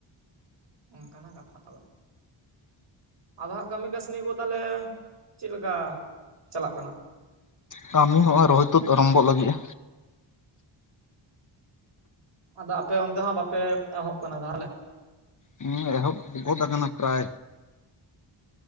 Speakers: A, on the right; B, on the left.
A: ᱚᱱᱠᱟᱱᱟ ᱠᱟᱛᱷᱟ ᱫᱚ ᱟᱫᱚ ᱦᱟᱸᱜ ᱠᱟᱹᱢᱤ ᱠᱟᱹᱥᱱᱤ ᱠᱚ ᱛᱟᱦᱚᱞᱮ ᱪᱮᱫ ᱞᱮᱠᱟ ᱪᱟᱞᱟᱜ ᱠᱟᱱᱟ
B: ᱠᱟᱹᱢᱤ ᱦᱚᱸᱜ-ᱚᱭ ᱨᱚᱦᱚᱭ ᱛᱩᱫ ᱟᱨᱚᱢᱵᱷᱚᱜ ᱞᱟᱹᱜᱤᱜ-ᱟ᱾
A: ᱟᱫᱚ ᱟᱯᱮ ᱚᱱᱛᱮ ᱦᱚᱸ ᱵᱟᱯᱮ ᱮᱦᱚᱵ ᱠᱟᱱᱟ ᱛᱟᱦᱚᱞᱮ?
B: ᱦᱮᱸ ᱮᱦᱚᱵ ᱜᱚᱫ ᱠᱟᱱᱟ ᱯᱨᱟᱭ